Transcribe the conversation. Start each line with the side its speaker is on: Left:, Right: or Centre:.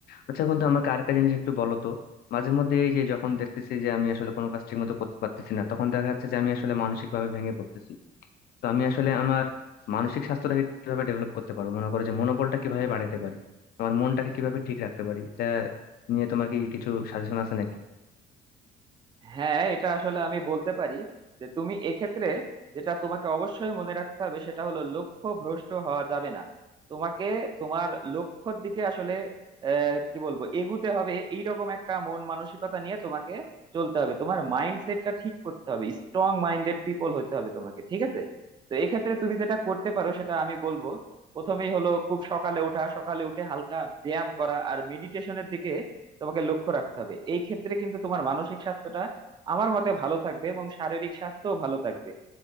Left: আচ্ছা বন্ধু আমাকে আরেকটা জিনিস একটু বলো তো মাঝে মধ্যে এই যে যখন দেখতেছি যে আমি আসলে কোনো কাজ ঠিক মতো করতে পারতেছি না তখন দেখা যাচ্ছে যে আমি আসলে মানসিক ভাবে ভেঙে পড়তেছি তো আমি আসলে আমার মানসিক স্বাস্থ্যটাকে কিভাবে ডেভেলপ করতে পারবো মনে করো যে মনোবলটা কিভাবে বাড়াতে পারি আমার মনটাকে কিভাবে ঠিক রাখতে পারি এটা নিয়ে তোমার কি কিছু সাজেশন আছে নাকি
Right: হ্যাঁ এটা আসলে আমি বলতে পারি যে তুমি এক্ষেত্রে যেটা তোমাকে অবশ্যই মনে রাখতে হবে সেটা হলো লক্ষ্য ভ্রষ্ট হওয়া যাবে না তোমাকে তোমার লক্ষ্যর দিকে আসলে আহ, কি বলবো এগুতে হবে এইরকম একটা মন মানসিকতা নিয়ে তোমাকে চলতে হবে তোমার মাইন্ডসেটটা ঠিক করতে হবে স্ট্রং মাইন্ডেড পিপল হতে হবে তোমাকে ঠিক আছে তো এক্ষেত্রে তুমি যেটা করতে পারো সেটা আমি বলবো প্রথমেই হলো খুব সকালে ওঠা সকালে উঠে হালকা ব্যায়াম করা আর মেডিটেশনের দিকে তোমাকে লক্ষ্য রাখতে হবে এই ক্ষেত্রে কিন্তু তোমার মানসিক স্বাস্থ্যটা আমার মতে ভালো থাকবে এবং শারীরিক স্বাস্থ্য ভালো থাকবে